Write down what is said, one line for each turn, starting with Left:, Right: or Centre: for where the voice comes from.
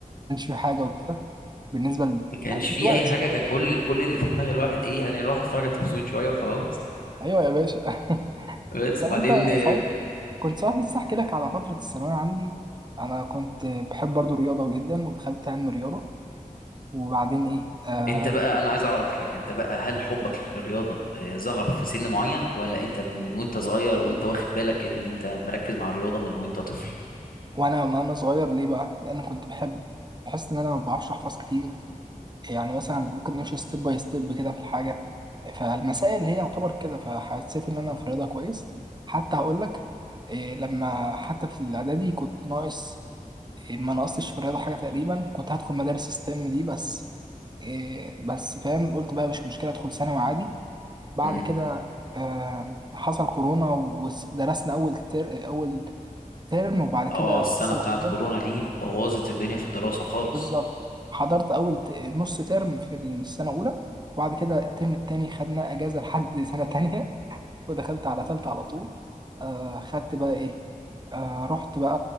Right: كانش فيه حاجة وكده بالنسبة ل...
Left: ما كانش
Right: يعني دلوقتي
Left: في اي حاجة كان كل كل اللي في دماغ الواحد ايه يعني الواحد اتفرج على التلفزيون شوية وخلاص
Right: أيوه يا باشا <laughs>
Left: بس
Right: طب
Left: وبعدين
Right: أنت
Left: آه،
Right: صحيح كنت صحيح لسه أحكي لك على فترة الثانوية عندي أنا كنت بحب برضو الرياضة جدا ودخلت علم رياضة وبعدين ايه آه
Left: انت بقى انا عايز اعرف حاجة انت بقى هل حبك للرياضة آه، ظهر في سن معين ولا انت من وانت صغير وانت واخد بالك ان انت مركز مع الرياضة من وانت طفل
Right: وانا وانا صغير ليه بقى لان كنت بحب بحس ان انا ما بعرفش احفظ كتير يعني مثلا ممكن نمشي ستيب باي ستيب كده في الحاجه فالمسائل هي يعتبر كده فحسيت ان انا في الرياضه كويس حتى هقول لك إيه لما حتى في الاعدادي كنت ناقص إيه ما نقصتش في الرياضه حاجه تقريبا كنت هدخل مدارس ستيم دي بس إيه بس فاهم قلت بقى مش مشكله ادخل ثانوي عادي بعد
Left: امم
Right: كده آه، حصل كورونا ودرسنا اول تر... اول ترم وبعد
Left: اه
Right: كده
Left: السنة
Right: حصل
Left: بتاعت
Right: كورونا
Left: كورونا دي بوظت الدنيا في الدراسة خالص
Right: بالظبط حضرت أول ت- نص ترم في السنة الأولى وبعد كده الترم التاني خدنا أجازة لحد سنة تانية ودخلت على تالتة على طول آه خدت بقى إيه آه رحت بقى